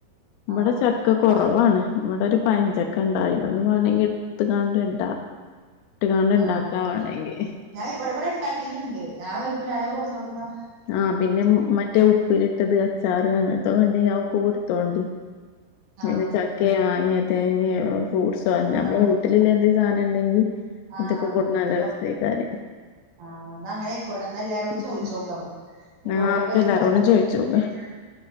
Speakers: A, on the left; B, on the right.
A: ഇവ്ടെ
B: ആഹ്
A: ച ഒക്ക കാെറവാണ്
B: അപ്പൊ ചക്ക
A: ഇവടെ ഒരു പയഞ്ചക്ക ഇണ്ടായിന്ന് അന്ന് വാണെങ്കി ഇട്ത്ത്കാണ്ട് ഇടാ ഇട്ട്കാണ്ട് ഇണ്ടാക്കാ
B: ആഹ് വ്
A: വേണെങ്കി
B: ഞാന് ഇവടെ ഇവടെ ഇണ്ടാക്കീത് ഇണ്ട് ഞാ വരുമ്പാെ ഞാനത് കൊട്ന്നോണ്ട് ഇന്നാ
A: ആഹ് പിന്നെ ഉം മറ്റേ ഉപ്പിലിട്ടത് അച്ചാറ് അങ്ങന അത് കണ്ടൈഞാ ഞാ ഓക്ക് കൊട്ത്തോണ്ടി
B: ആഹ്
A: പിന്നെ ചക്കേ
B: ആയിക്കോട്ടെ.
A: മാങ്ങേ തേങ്ങേ ഫ്രൂഡ്സ് ട്ടൊ ഞമ്മളെ
B: ആഹ്
A: വീട്ടില് പിന്നെ എന്ത് സാധനം ഇണ്ടെങ്കി
B: ആഹ്
A: അതെക്കെ കൊട്ന്നാ
B: അങ്ങനത്തെ
A: നല്ല രസൈക്കാരെ
B: ആഹ് ഇന്നാ അങ്ങനെ ഐക്കോട്ടെ എന്ന എല്ലാരോടും
A: ഉം
B: ചോയിച്ചാേക്കാ അമ്മക്ക് ഇന്ന്ട്ട്
A: ആഹ്
B: ഓലൊക്കെ
A: നമുക്ക്
B: തെന്നെത്താനെ
A: എല്ലാരോടും ചോയിച്ചോക്കാ
B: വേടിച്ചതാ